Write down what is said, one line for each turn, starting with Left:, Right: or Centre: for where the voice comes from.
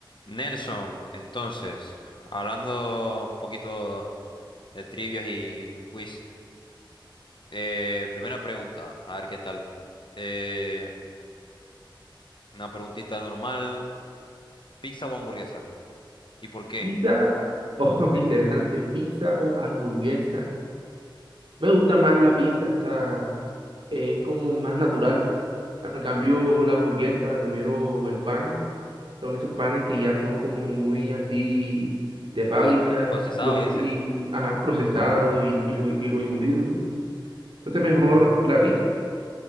Left: Nelson, entonces, hablando un poquito de trivias y un quiz. Eh, primera pregunta, a ver qué tal. Eh, una preguntita normal, ¿pizza o hamburguesa? ¿Y por qué?
Right: Pizza o <laughs> interesante, pizza o hamburguesa. Me gusta más la pizza, o sea, es como más natural. Al cambio, la hamburguesa, primero el pan, son esos panes que ya son como muy así de fábrica,
Left: Proce- Procesado,
Right: los,
Left: dice.
Right: y, ajá, procesados y, y, los, y los embutidos, ¿no? Entonces, mejor la pizza,